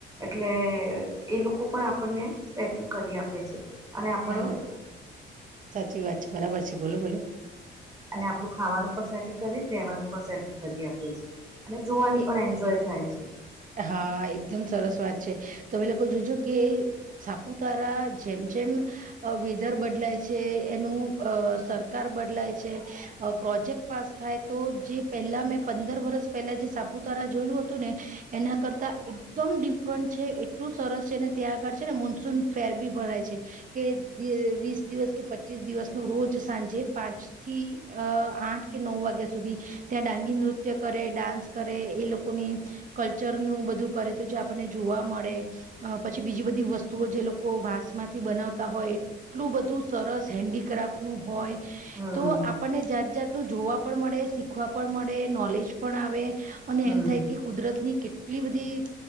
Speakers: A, on the right; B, on the right.
A: એટલે એ લોકો પણ આપને સેટિંગ કરી આપે છે અને આપણ
B: ના ના સાચી વાત છે બરાબર છે બોલો બોલો
A: અને આપણું ખાવાનું પણ સેટિંગ કરીને રેવાનું પણ સેટિંગ કરી આપે છે અને જોવાની
B: એ
A: પણ એન્જોય થાય છે
B: હા એકદમ સરસ વાત છે તમે લોકો જોજો કે સાપુતારા જેમ જેમ અ વેધર બદલાય છે એનું અ સરકાર બદલાય છે પ્રોજેક્ટ પાસ થાય તો જે પહેલા મેં પંદર વર્સ પહેલા જે સાપુતારા જોયેલું હતું ને એના કરતાં એકદમ ડિફરન્ટ છે એટલું સરસ છે અનેને ત્યાં આગળ છે ને મોનસૂન ફેર બી ભરાય છે કે વીસ દિવસ કે પચીસ દિવસ નો રોજ સાંજે પાંચ થી અ આઠ કે નવ વાગ્યા સુધી ત્યાં ડાંગી નૃત્ય કરે ડાન્સ કરે એ લોકોની કલ્ચરનું બધું કરે તો જે આપણને જોવા મળે અ પછી બીજી બધી વસ્તુઓ જે લોકો વાંસ માંથી બનાવતા હોય એટલું બધું સરસ હેન્ડીક્રાફ્ટ નું હોય
A: હમ
B: તો આપને જાત જાતનું જોવા પણ મળે શીખવા પણ મળે નોલેજ પણ આવે અને
A: હમ
B: એમ થાય કે કુદરતની કેટલી બધી